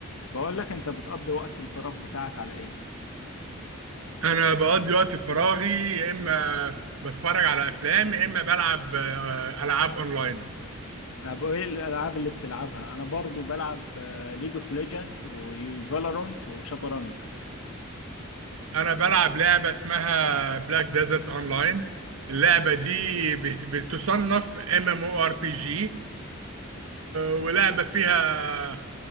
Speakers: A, on the left; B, on the right.
A: بقول لك انت بتقضي وقت الفراغ بتاعك على ايه
B: انا بقضي وقت فراغي يا اما بتفرج على افلام يا اما بلعب آه، العاب اونلاين
A: طب ايه الالعاب اللي بتلعبها انا برضو بلعب ليج اوف ليجند وفالورانت وشطرنج
B: انا بلعب لعبه اسمها بلاك ديزرت اونلاين اللعبه دي بس- بتصنف ام ام او ار بي جي ولعبه فيها